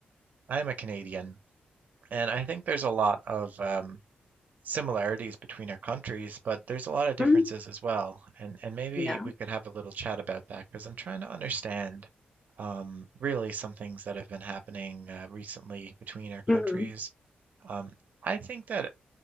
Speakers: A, on the right; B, on the left.
A: I'm a Canadian, and I think there's a lot of um, similarities between our countries, but there's a lot of differences
B: Mm,
A: as well. And and maybe
B: Yeah.
A: we could have a little chat about that because I'm trying to understand um, really some things that have been happening uh, recently between our
B: hmm
A: countries. Um, I think that